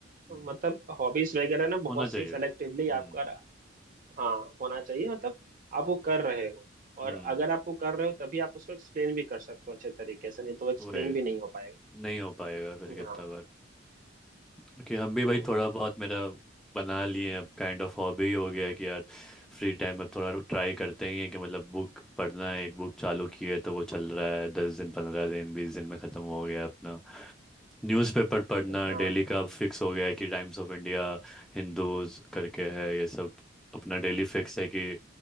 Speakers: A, in the centre; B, on the right (about 45°).
A: हम्म,
B: मतलब हॉबीज वगैरह ना
A: होना
B: बहुत
A: चाहिए
B: सी सेलेक्टिवली
A: हम्म
B: आपका हाँ होना चाहिए मतलब आप वो कर रहे हो
A: हम्म
B: और अगर आप वो कर रहे हो तभी आप उसको एक्सप्लेन भी कर सकते हो अच्छे तरीके से नहीं तो एक्सप्लेन
A: वही
B: भी नहीं हो पाएगा
A: नहीं हो पाएगा फिर कितना
B: हाँ
A: बार क्योंकि हम भी
B: हम्म,
A: भाई थोड़ा बहुत मेरा बना लिए हैं अब काइंड ऑफ हॉबी हो गया है कि यार फ्री टाइम में थोड़ा ट्राई करते ही हैं कि मतलब बुक पढ़ना है एक बुक चालू की है तो वो चल रहा है दस दिन पंद्रह दिन बीस दिन में ख़त्म हो गया अपना न्यूज़पेपर पढ़ना
B: हाँ
A: डेली का अब फिक्स हो गया है कि टाइम्स ऑफ इंडिया हिंदूज करके है ये सब अपना डेली फिक्स है कि